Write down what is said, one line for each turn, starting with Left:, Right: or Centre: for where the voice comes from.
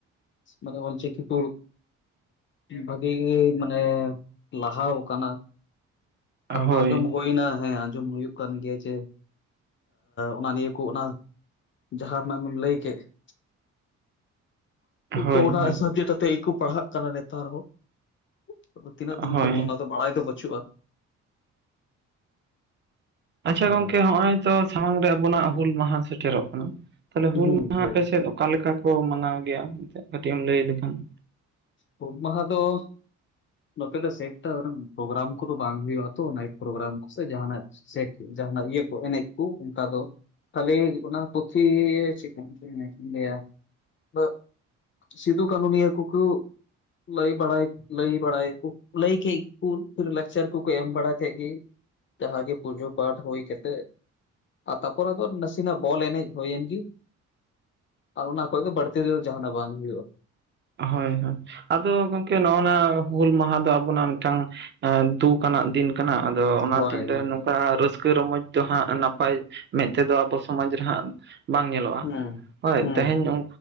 Left: ᱢᱟᱱᱮ ᱚᱞ ᱪᱤᱠᱤ ᱠᱩ ᱵᱷᱟᱜᱤ ᱜᱤ ᱢᱟᱱᱮ ᱞᱟᱦᱟᱣ ᱠᱟᱱᱟ ᱾ ᱠᱟᱨᱳᱚᱱ
Right: ᱦᱳᱭ
Left: ᱟᱸᱡᱚᱢ ᱦᱩᱳᱱᱟ ᱦᱮᱸ ᱟᱸᱡᱚᱢ ᱦᱩᱭᱩᱜ ᱠᱟᱱ ᱜᱮᱭᱟ ᱡᱮ ᱚᱱᱟ ᱱᱤᱭᱟᱹ ᱠᱚ ᱚᱱᱟ ᱡᱟᱦᱟᱸ ᱨᱮᱱᱟᱜ ᱟᱢᱮᱢ ᱞᱟᱹᱭ ᱠᱮᱫ ᱾
Right: ᱦᱳᱭ
Left: ᱛᱚ ᱚᱱᱟ
Right: ᱦᱳᱭ
Left: ᱥᱟᱵᱡᱮᱠᱴ ᱟᱛᱮᱫ ᱜᱮᱠᱚ ᱯᱟᱲᱦᱟᱜ ᱠᱟᱱᱟ ᱱᱮᱛᱟᱨ ᱦᱚᱸ ᱛᱤᱱᱟᱹᱜ ᱫᱤᱱ
Right: ᱦᱳᱭ
Left: ᱠᱷᱚᱡ ᱛᱚ ᱚᱱᱟ ᱫᱚ ᱵᱟᱲᱟᱭ ᱫᱚ ᱯᱟᱹᱪᱩᱜᱼᱟ ᱾
Right: ᱟᱪᱷᱟ
Left: ᱦᱮᱸ
Right: ᱜᱚᱝᱠᱮ ᱦᱚᱜᱼᱚᱭ ᱛᱚ ᱥᱟᱢᱟᱝ ᱨᱮ ᱟᱵᱚᱱᱟᱜ ᱦᱩᱞ ᱢᱟᱦᱟ ᱥᱮᱴᱮᱨᱚᱜ ᱠᱟᱱᱟ ᱾ ᱛᱟᱦᱞᱮ ᱦᱩᱞ
Left: ᱦᱩᱸ
Right: ᱢᱟᱦᱟ
Left: ᱦᱳᱭ
Right: ᱟᱯᱮᱥᱮᱫ ᱚᱠᱟ ᱞᱮᱠᱟ ᱠᱚ ᱢᱟᱱᱟᱣ ᱜᱮᱭᱟ ᱢᱮᱱᱛᱮ ᱠᱟᱹᱴᱤᱡ ᱮᱢ ᱞᱟᱹᱭ ᱞᱮᱠᱷᱟᱱ ᱾
Left: ᱦᱩᱞ ᱢᱟᱦᱟ ᱫᱚ ᱾ ᱱᱚᱛᱮ ᱫᱚ ᱥᱮᱠᱴᱟᱨ ᱯᱨᱳᱜᱨᱟᱢ ᱠᱚᱫᱚ ᱵᱟᱝ ᱦᱩᱭᱩᱜᱼᱟ ᱛᱚ ᱱᱟᱭᱤᱴ ᱯᱨᱳᱜᱨᱟᱢ ᱥᱮ ᱡᱟᱦᱟᱸᱱᱟᱜ ᱾ ᱥᱮ ᱡᱟᱦᱟᱱᱟᱜ ᱤᱭᱟᱹ ᱠᱚ ᱮᱱᱮᱡ ᱠᱩ ᱚᱱᱠᱟ ᱫᱚ ᱠᱷᱟᱹᱞᱤ ᱚᱱᱟ ᱯᱩᱛᱷᱤ ᱪᱤᱠᱩᱢ <unintelligible> ᱞᱟᱹᱭᱟ ᱛᱚᱸ <unintelligible> ᱥᱤᱫᱩ ᱠᱟᱹᱱᱩ ᱱᱤᱭᱟᱹ ᱠᱩᱠᱩ ᱞᱟᱹᱭ ᱵᱟᱲᱟᱭ ᱞᱟᱹᱭ ᱵᱟᱲᱟᱭᱟᱠᱚ ᱞᱟᱹᱭ ᱠᱮᱫ ᱜᱮᱠᱩ ᱩᱱᱠᱩ ᱫᱚ ᱞᱟᱠᱪᱟᱨ ᱠᱚᱠᱚ ᱮᱢ ᱵᱟᱲᱟ ᱠᱮᱫ ᱜᱮ ᱡᱟᱦᱟᱸᱜᱮ ᱯᱩᱡᱳ ᱯᱟᱴ ᱦᱩᱭ, ᱠᱟᱛᱮ ᱟ ᱛᱟᱯᱚᱨ ᱟᱫᱚ ᱱᱟᱥᱤᱱᱟᱜ ᱵᱚᱞ ᱮᱱᱮᱡ ᱦᱩᱭᱮᱱ ᱜᱤ ᱟᱨ ᱚᱱᱟ ᱠᱚᱜᱮ ᱵᱟᱲᱛᱤ ᱫᱚ ᱡᱟᱦᱟᱱᱟᱜ ᱵᱟᱝ ᱦᱩᱭᱩᱜ-ᱟ ᱾
Right: ᱦᱳᱭ ᱦᱳᱭ ᱟᱫᱚ ᱜᱚᱝᱠᱮ ᱱᱚᱭ ᱾ ᱚᱱᱟ ᱦᱩᱞ ᱢᱟᱦᱟ ᱫᱚ ᱟᱵᱚᱱᱟᱜ ᱢᱤᱫᱴᱟᱝ ᱫᱩᱠ ᱟᱱᱟᱜ ᱫᱤᱱ ᱠᱟᱱᱟ ᱟᱫᱚ ᱚᱱᱟ
Left: ᱦᱳᱭ
Right: ᱫᱤᱱᱨᱮ ᱱᱚ ᱠᱟ ᱨᱟᱹᱥᱠᱟᱹ ᱨᱚᱢᱚᱡᱽ ᱫᱚ ᱦᱟᱸᱜ ᱱᱟᱯᱟᱭ ᱢᱮᱫ ᱛᱮᱫᱚ ᱟᱵᱚ ᱥᱚᱢᱟᱡᱽ ᱨᱮ ᱦᱟᱸᱜ ᱵᱟᱝ ᱧᱮᱞᱚᱜᱼᱟ
Left: ᱦᱩᱸ
Right: ᱦᱳᱭ
Left: ᱦᱩᱸ
Right: ᱛᱮᱦᱮᱧ